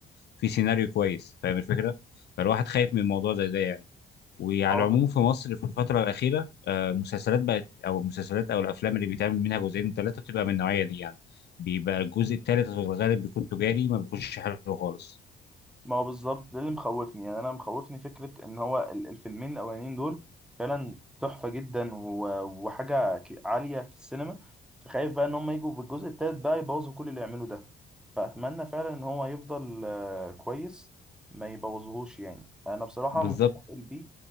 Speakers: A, on the left (about 55°); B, in the centre.
A: في سيناريو كويس فاهم الفكرة فالواحد خايف من موضوع زي ده يعني وعلى
B: اه
A: العموم في مصر في الفترة الأخيرة آه، المسلسلات بقت أو المسلسلات أو الأفلام اللي بيتعمل منها جزئين وثلاثة بتبقى من النوعية دي يعني بيبقى الجزء التالت في الغالب بيكون تجاري ما بيكونش حلو خالص
B: ما هو بالظبط ده اللي مخوفني يعني انا مخوفني فكره ان هو ال- الفيلمين الاولانيين دول فعلا تحفه جدا و- وحاجه ك- عاليه في السينما فخايف بقى ان هم يجوا بالجزء التالت بقى يبوظوا كل اللي يعملوا ده فاتمنى فعلا ان هو يفضل آه، كويس ما يبوظهوش يعني انا بصراحه
A: بالظبط
B: متفائل بيه